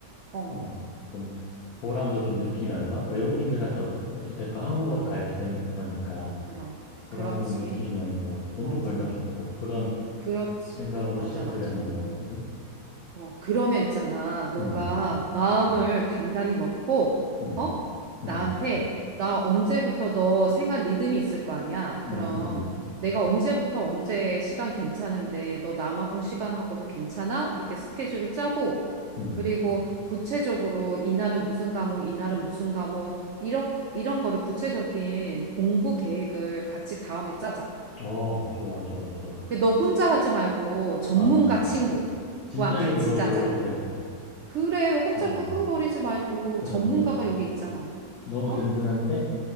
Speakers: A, on the right; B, on the left.
A: 어,
B: 어, 좀 보람도 좀 느끼면서, 외국인들한테 어찌- 어찌됐건 한국어를 가르치는 거니까,
A: 그럼. 그렇지.
B: 보람도 느끼면서, 돈도
A: 맞아.
B: 벌면 좋고, 그런
A: 그렇지.
B: 생각으로
A: 맞아,
B: 시작하려는
A: 맞아.
B: 거였거든.
A: 어, 그러면 있잖아. 너가
B: 음,
A: 마음을
B: 음,
A: 단단히 먹고,
B: 음,
A: 어?
B: 음,
A: 나한테, 나 언제부터 너 생활 리듬이 있을 거 아니야? 그럼
B: 음, 음,
A: 내가 언제부터 언제 시간 괜찮은데, 너 남아공 시간하고도 괜찮아? 이렇게 스케줄을 짜고,
B: 음.
A: 그리고 구체적으로 이날은 무슨 과목, 이날은 무슨 과목, 이런, 이런 거를 구체적인 공부 계획을 같이 다음에 짜자.
B: 어, 좋아, 좋아, 좋아.
A: 너 혼자 하지 말고 전문가
B: 알았어.
A: 친구와
B: <laughs> 진작에
A: 같이
B: 물어볼
A: 짜자.
B: 걸 그랬다.
A: 그래, 혼자
B: 어,
A: 끙끙거리지 말고
B: 그러니까.
A: 전문가가 여기 있잖아.
B: 너무
A: 어?
B: 든든한데?